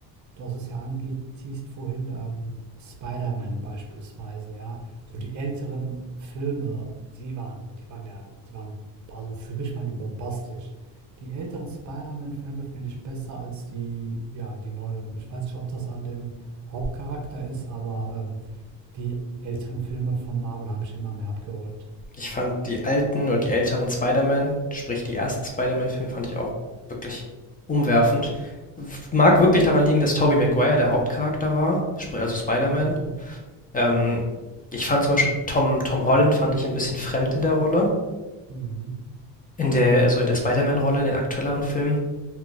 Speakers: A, on the right (about 40°); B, on the left (about 20°).
A: Du hast es ja angeteased vorhin, ähm, Spider-Man beispielsweise, ja. So die älteren Filme, die waren, die waren ja, die waren, also für mich waren die bombastisch. Die älteren Spider-Man-Filme finde ich besser als die, ja, die neueren. Ich weiß nicht, ob das an dem Hauptcharakter ist, aber ähm, die älteren Filme von Marvel haben mich immer mehr abgeholt.
B: Ich fand die alten oder die älteren Spider-Man, sprich die ersten Spider-Man-Filme, fand ich auch wirklich umwerfend. Mag wirklich daran liegen, dass Tobey Maguire der Hauptcharakter war, sprich also Spider-Man,
A: Mhm.
B: Ähm, ich fand zum Beispiel Tom, Tom Holland fand ich ein bisschen fremd in der Rolle.
A: Mhm.
B: In der, also in der Spider-Man-Rolle, in den aktuelleren Filmen.